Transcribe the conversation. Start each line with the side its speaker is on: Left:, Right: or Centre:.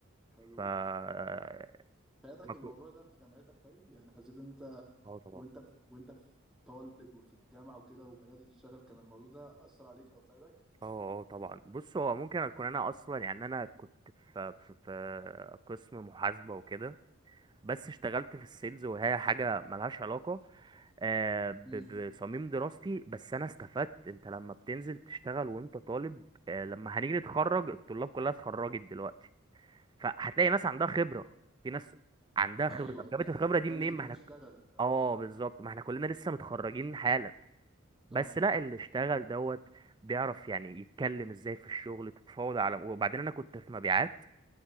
Centre: حلو
Right: ف
Centre: جدا
Right: آه،
Centre: فادك
Right: ما كنت
Centre: الموضوع ده في جامعتك طيب يعني حسيت ان انت
Right: اه طبعا
Centre: وانت في وانت في طالب وفي الجامعة وكده وبدأت تشتغل كان الموضوع ده أثر عليك أو فادك؟
Right: اه اه طبعا بص هو ممكن اكون انا اصلا يعني انا كنت في في في قسم محاسبه وكده بس اشتغلت في السيلز وهي حاجه ملهاش علاقه آه، ب-
Centre: مم.
Right: بصميم دراستي بس انا استفدت انت لما بتنزل تشتغل وانت طالب آه، لما هنيجي نتخرج الطلاب كلها اتخرجت دلوقتي فهتلاقي ناس عندها خبره في ناس عندها خبره
Centre: أيوه
Right: طب
Centre: ده
Right: جابت الخبره
Centre: ده
Right: دي منين
Centre: اللي بيكون
Right: ما احنا
Centre: اشتغل
Right: اه
Centre: بالظبط
Right: بالظبط ما احنا كلنا لسه متخرجين حالا بس
Centre: صح
Right: لا اللي اشتغل دوت بيعرف يعني يتكلم ازاي في الشغل تتفاوض على وبعدين انا كنت في مبيعات